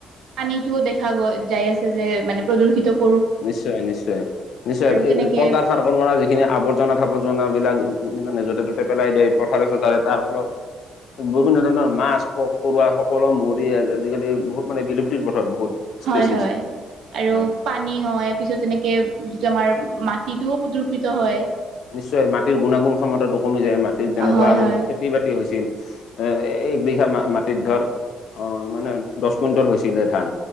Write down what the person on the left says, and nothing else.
নিশ্চয় নিশ্চয়। নিশ্চয়, এই
কল-কাৰখা - খনা যিখিনি আৱৰ্জনা-থাবৰ্জনাবিলাক মানে য'তে-ত'তে পেলাই দে পথাৰে-চথাৰে। তাৰ ফলত - বিভিন্ন ধৰণৰ মাছ, পোক, পৰুৱা সকলো মৰি আজি-আজিকালি বহুত মানে, বিলুপ্তিৰ পথত বহুত। স্পেচিছ
হয়
নিশ্চয়। মাটিৰ গুণাগুণ ক্ষমতাটো কমি যায়, মাটিৰ যেনেকুৱা
আগত
খে - তি-বাতি হৈছিল। অ' এক বিঘা মাটিত ধৰ - অ' মানে, দহ কুইণ্টল হৈছিলে ধান।